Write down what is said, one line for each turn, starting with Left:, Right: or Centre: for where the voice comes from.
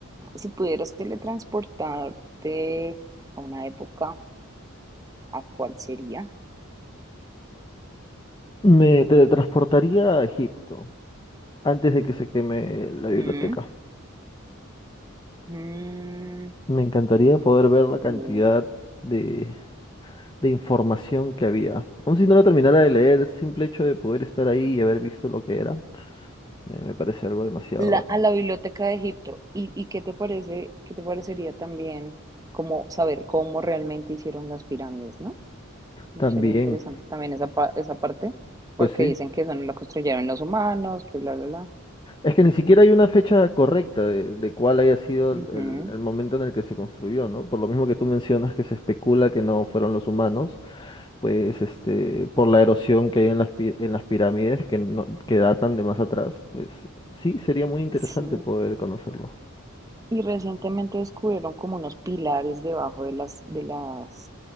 Right: si pudieras teletransportarte a una época, ¿a cuál sería?
Left: Me teletransportaría a Egipto antes de que se queme la biblioteca.
Right: Mm, mm,
Left: Me encantaría poder ver la cantidad
Right: uh,
Left: de de información que había. Aun si no lo terminara de leer, el simple hecho de poder estar ahí y haber visto lo que era, me, me parece algo demasiado
Right: la,
Left: hermoso.
Right: a la Biblioteca de Egipto. ¿Y, y qué te parece, qué te parecería también como saber cómo realmente hicieron las pirámides, ¿no? No
Left: También,
Right: sería interesante también esa, pa- esa parte, porque
Left: pues sí.
Right: dicen que eso no lo construyeron los humanos, que bla, bla, bla.
Left: Es que ni siquiera hay una fecha correcta de, de cuál haya sido
Right: Ujú,
Left: el, el momento en el que se construyó, ¿no? Por lo mismo que tú mencionas que se especula que no fueron los humanos, pues este,
Right: ujú.
Left: por la erosión que hay en las, pi- en las pirámides que, no, que datan de más atrás, pues sí, sería muy interesante
Right: Sí.
Left: poder conocerlo.
Right: Y recientemente descubrieron como unos pilares debajo de las, de las